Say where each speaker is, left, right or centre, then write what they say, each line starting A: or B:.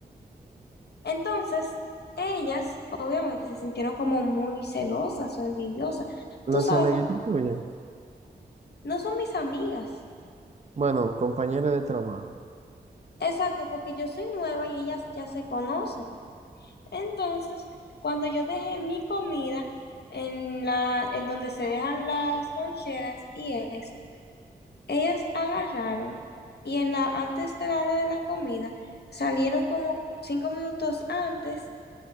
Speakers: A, on the left; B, on the right.
A: Entonces ellas obviamente se sintieron como muy celosas o envidiosas.
B: Las
A: Tú sabes,
B: amiguitas
A: ma,
B: tuyas,
A: no son mis amigas.
B: bueno, compañeras de trabajo,
A: Exacto, porque yo soy nueva y ellas ya se conocen. Entonces, cuando yo dejé mi comida en la, en donde se dejan las loncheras y eso, ellas agarraron y en la, antes de la hora de la comida salieron como cinco minutos antes